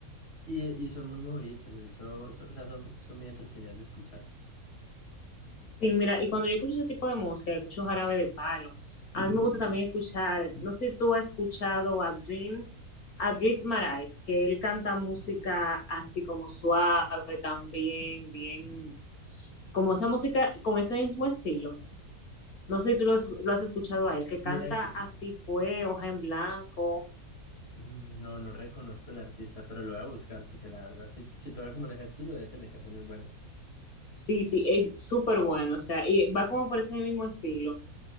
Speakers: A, on the left; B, on the left.
A: y, y son muy movidas. De hecho, so- o sea, son, son muy entretenidas de escuchar.
B: Sí, mira, y cuando yo escucho ese tipo de música, escucho Jarabe de Palo. A mí me gusta también escuchar, no sé si tú has escuchado a Dream, a Dream Maray que él canta música así como suave también, bien, como esa música con ese mismo estilo. No sé si tú lo, lo has escuchado a él, que canta
A: Mira que
B: así fue, hoja en blanco.
A: Mm, No, no reconozco el artista, pero lo voy a buscar porque la verdad, si, si toca como en ese estilo, debe tener canciones buenas.
B: Sí, sí, es súper bueno, o sea, y va como por ese mismo estilo.